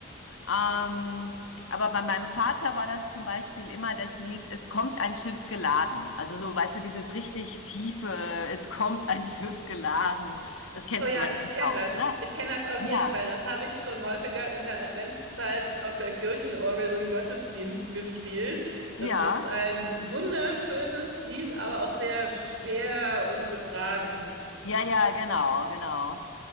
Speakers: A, on the left; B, on the right.
A: Ähm, aber bei meinem Vater war das zum Beispiel immer das Lied, es kommt ein Schiff geladen. Also so, weißt du, dieses richtig tiefe, es kommt ein Schiff geladen. Das kennst
B: Oh ja,
A: du wahrscheinlich
B: ich kenne
A: auch,
B: das.
A: oder?
B: Ich kenne das auf
A: Ja,
B: jeden Fall. Das habe ich schon häufiger in der Adventszeit auf der Kirchenorgel im Gottesdienst gespielt.
A: ja.
B: Das ist ein wunderschönes Lied, aber auch sehr schwer und getragen.
A: Ja, ja, genau, genau.